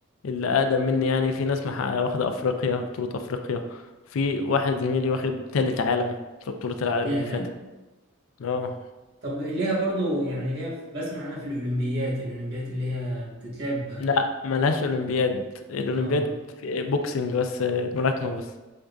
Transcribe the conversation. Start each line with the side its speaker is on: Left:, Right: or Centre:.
Left: اللي اقدم مني يعني في ناس محققة واخدة افريقيا بطولة افريقيا في واحد زميلي واخد تالت عالم في بطولة العالم
Right: ياه
Left: اللي فاتت اه
Right: طب ليها برضو يعني ليها في- بسمع انا في الأولمبيات الأولمبيات اللي هي بتتلعب
Left: لا ملهاش اولمبياد الاولمبياد
Right: اه
Left: في بوكسنج بس ملاكمة بس